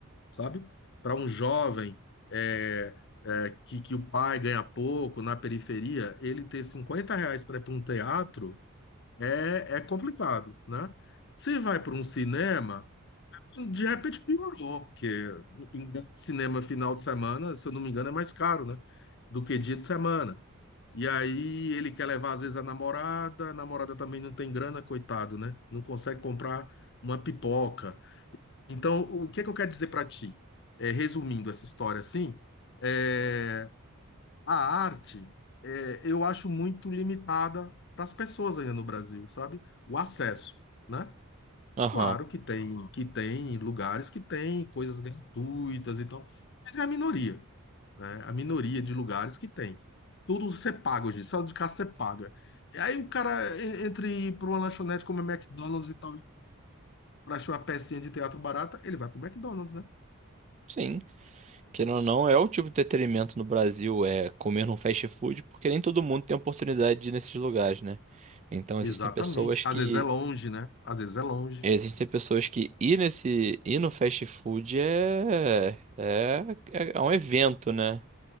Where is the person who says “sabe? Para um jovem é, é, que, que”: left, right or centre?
Left